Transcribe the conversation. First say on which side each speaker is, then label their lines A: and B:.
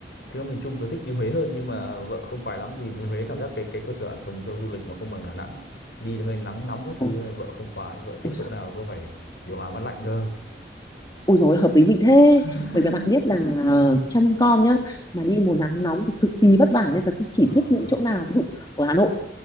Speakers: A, on the left (about 70°); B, on the left (about 20°).
A: Thực ra miền Trung tôi thích đi Huế hơn nhưng mà vợ không khoái lắm vì Huế cảm giác cái cái cơ sở hạ tầng cho du lịch nó không bằng Đà Nẵng. Đi hơi nắng nóng các
B: Ủa,
A: thứ này vợ không khoái, vợ thích
B: ôi giời,
A: chỗ nào có phải điều hòa mát lạnh cơ.
B: ôi giời, hợp lý mình thế.
A: <laughs>
B: Bởi vì bạn biết là ờ, chăm con nhá, mà đi mùa nắng nóng thì cực kỳ vất vả nên là tôi chỉ
A: À,
B: thích những chỗ nào ví dụ ở Hà Nội